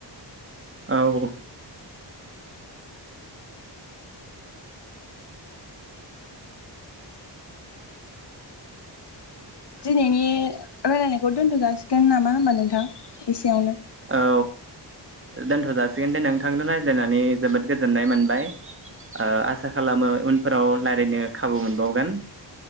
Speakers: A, on the right; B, on the left.
A: औ।
B: दिनैनि रायलायनायखौ दोनथ' जाासिगोन नामा होनबा नोंथां एसेयावनो?
A: औ दोनथ' जाासिगोन दे नोंथांनो रायज्लायनानै जोबोद गोजोननाय मोनबाय । ओ आसा खालामो उनफोराव रायलायनो खाबु मोनबावगोन।